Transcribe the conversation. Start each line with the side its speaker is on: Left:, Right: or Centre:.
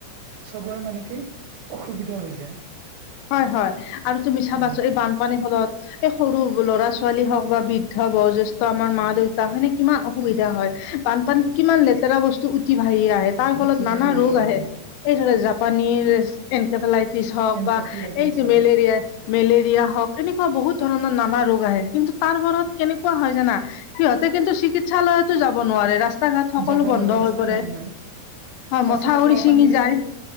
Right: চবৰে মানে কি অসুবিধা হৈ যায়।
Left: হয়, হয় আৰু তুমি চাবাচোন
Right: হয়
Left: এই বানপানীৰ ফলত এই সৰু ল'ৰা ছোৱালী হওক বা বৃদ্ধ বয়োজ্যেষ্ঠ আমাৰ মা দেউতা হয়নে কিমান অসুবিধা হয়। বানপানীত কিমান লেতেৰা বস্তু উঠি ভাহি আহে তাৰ
Right: উঠি
Left: ফলত
Right: বাঢ়ি
Left: নানা ৰোগ
Right: হয়
Left: আহে। এই ধৰা জাপানীৰ এনকেফেলাইটিছ হওক
Right: এনকেফেলাইটিছ
Left: বা এই যে
Right: হয়
Left: মেলেৰিয়া মেলেৰিয়া হওঁক এনেকুৱা বহুত ধৰণৰ নানা ৰোগ আহে কিন্তু তাৰ বৰত কেনেকুৱা হয় জানা সিহঁতে কিন্তু চিকিৎসালয়তো যাব নোৱাৰে ৰাস্তা ঘাট সকলো
Right: যাব
Left: বন্ধ
Right: নোৱাৰে ৰাস্তা
Left: হৈ পৰে
Right: ঘাট নহয় তাৰপিছত
Left: হয় মথাউৰি
Right: খোৱাপানীৰো
Left: ছিঙি যায়